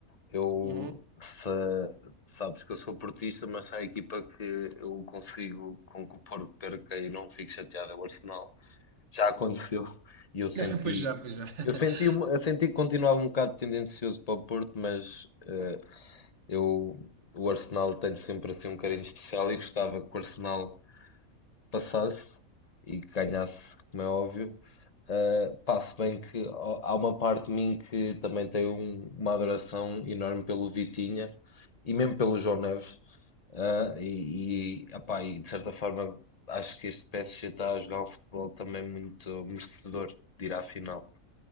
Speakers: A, on the left (about 30°); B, on the right (about 55°).
A: Eu,
B: Uhum.
A: sa- sabes que eu sou portista, mas se há equipa que eu consigo com que o Porto perca e não fico chateado, é o Arsenal. Já aconteceu e eu senti,
B: <laughs> Pois já, pois já.
A: eu senti,
B: <laughs>
A: uma- eu senti que continuava um bocado tendencioso para o Porto, mas eh, eu, o Arsenal tem sempre assim um carinho especial e gostava que o Arsenal passasse e que ganhasse, como é óbvio. Uh, pá, se bem que ó, há uma parte de mim que também tem um- uma adoração enorme pelo Vitinha e mesmo pelo João Neves. Uh, e, e, opá, e de certa forma acho que este PSG está a jogar um futebol também muito merecedor de ir à final.